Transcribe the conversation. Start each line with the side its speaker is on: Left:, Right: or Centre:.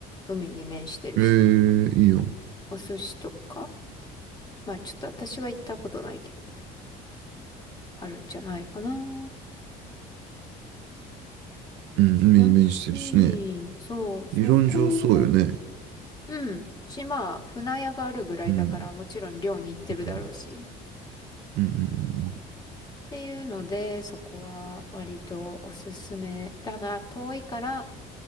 Left: 海に面してるし。
Right: ええいいよ。
Left: お寿司とか。まあちょっと私は行ったことないけど、あるんじゃないかな。
Right: うん、海に面してるしね。
Left: だし、そう、そこ、
Right: 理論上そうよね。
Left: うん。島、船屋があるぐらいだから、
Right: うん。
Left: もちろん漁に行ってるだろうし。
Right: うん。うん。
Left: っていうので、そこは割とおすすめ。ただ、遠いから、